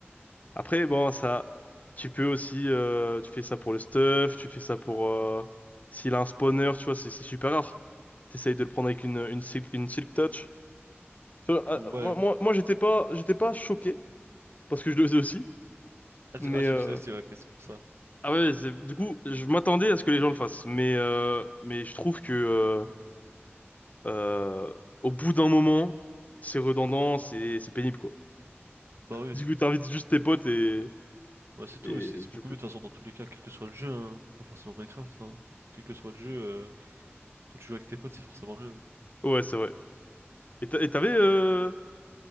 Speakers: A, on the left; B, on the right.
A: Après, bon, ça, tu peux aussi, euh, tu fais ça pour le stuff, tu fais ça pour, euh, s'il a un spawner, tu vois, c'est c'est super rare. T'essayes de le prendre avec une, une silk, une silk touch. Tu vois,
B: Ouais.
A: euh, moi, moi, moi, j'étais pas, j'étais pas choqué parce que je le faisais aussi,
B: Ah,
A: mais
B: tu ah, tu
A: euh,
B: le disais aussi, ouais, ok, c'est pour ça.
A: ah ouais, c'est- du coup, je m'attendais à ce que les gens le fassent, mais euh, mais je trouve que euh, au bout d'un moment, c'est redondant, c'est c'est pénible quoi.
B: Bah oui,
A: Du coup, t'invites juste tes potes et
B: ouais, c'est tout,
A: et,
B: c'est c'est
A: tu
B: beaucoup
A: joues plus.
B: mieux de toute façon dans tous les cas, quel que soit le jeu, hein. Pas forcément Minecraft, hein. Quel que soit le jeu, euh, quand tu joues avec tes potes, c'est forcément mieux.
A: Ouais, c'est vrai. Et t'a- et t'avais euh,